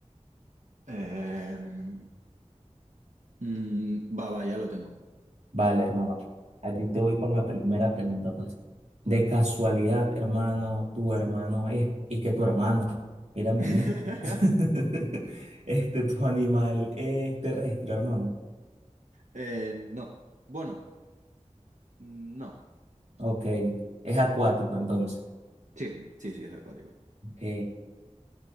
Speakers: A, on the right; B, on the right.
A: Em, mm, va, va, ya lo tengo.
B: Vale, hermano. Allí te voy con la primera pregunta, pues. De casualidad, hermano, tu hermano es, y que tu hermano, mírame
A: <laughs>
B: a mí. <laughs> Este, tu animal es terrestre, hermano.
A: Eh, no. Bueno, no.
B: Ok. Es acuático, entonces.
A: Sí, sí, sí, es acuático.
B: Ok.